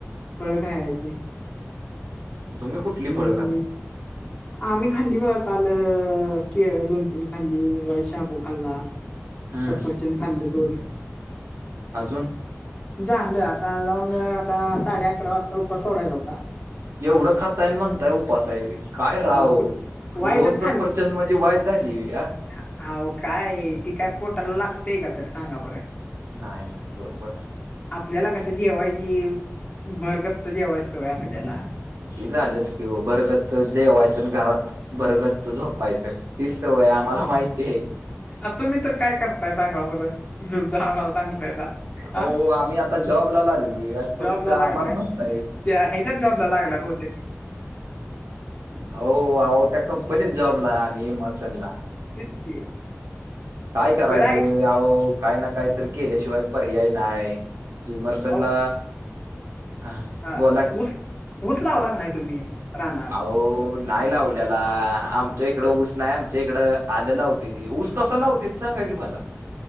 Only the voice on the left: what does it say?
फळ खायची.
हम्म हम्म. आम्ही खाल्ली बघा काल केळ दोन तीन खाल्ली वाईस शाबू खाल्ला.
सफरचंद खाल्लं दोन.
झालं आता जाऊन आता साडे अकरा वाजता उपवास सोडायचा होता.
आव कुठ वायचच
हा ओ काय ती काय पोटाला लागतंय का तर सांगा बरं.
आपल्याला कसं जेवायची भर गच्च! जेवायची सवय आपल्याला.
मग तुम्ही तर काय? करताय सांगा बरं तुमचं आम्हाला सांगतायसा.
हा
जॉबला
लागलाय
का? त्या याच्यात जॉबला लागलाय बहुतेक.
तिच की.
बरं ऐक
अहो
हा
ऊस ऊस लावला का नाही तुम्ही रानात